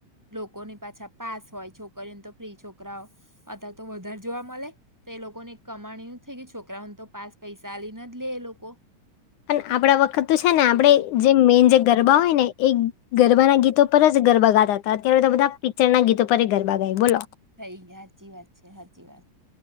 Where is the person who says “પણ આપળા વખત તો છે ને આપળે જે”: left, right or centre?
Left